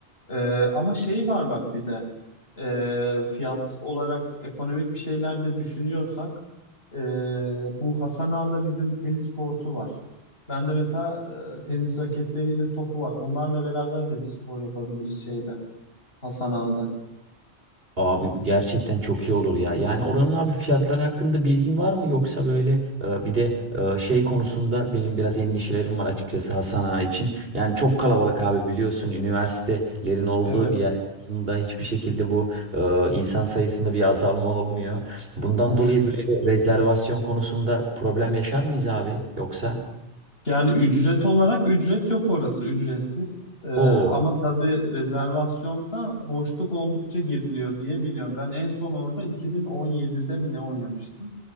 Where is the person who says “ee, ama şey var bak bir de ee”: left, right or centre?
Left